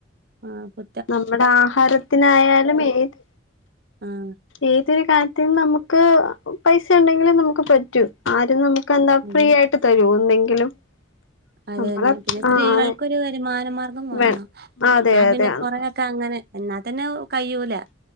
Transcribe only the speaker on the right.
ആ കൊ
ആഹ്
അതെ
അത്
തന്നെ പിന്നെ സ്ത്രീകൾക്കൊരു
വരുമാനമാർഗം വാണം,
ന്നാ പിന്നെ
കൊറെ അങ്ങനെ എന്നാത്തന്നെ കയ്യൂല